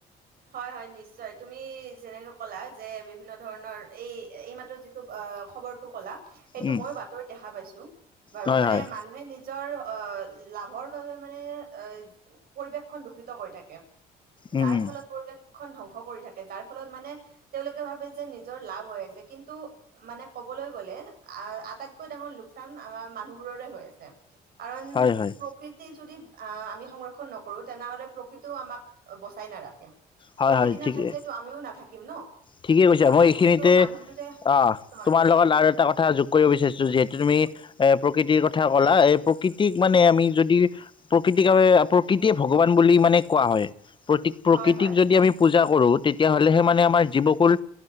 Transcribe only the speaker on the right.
হয় হয়, নিশ্চয় তুমি যেনেকে ক'লা যে বিভিন্ন ধৰণৰ, এই-এইমাত্ৰ যিটো খবৰটো ক'লা সেইটো
মইও বাতৰিত দেখা পাইছো, বাৰু
মানে
মানুহে নিজৰ অ', লাভৰ বাবে মানে এ, পৰিৱেশখন দূষিত কৰি থাকে। যাৰ
ফলত খন ধ্বংস কৰি থাকে, যাৰ ফলত মানে তেওঁলোকে ভাবে যে নিজৰ লাভ হৈ আছে কিন্তু, মানে কবলৈ গলে আহ আটাইতকৈ ডাঙৰ লোকচান আমাৰ মানুহবোৰৰে হৈ আছে। কাৰণ
প্ৰকৃতি যদি আহ আমি সংৰক্ষন নকৰো, তেনেহলে প্ৰকৃতিও আমাক বচাই নাৰাখে।
প্ৰকৃতি
নাথাকিলেতো
আমিও নাথাকিম ন
কথাটো
কিন্তু মানুহবোৰে
হয়
হয় হয়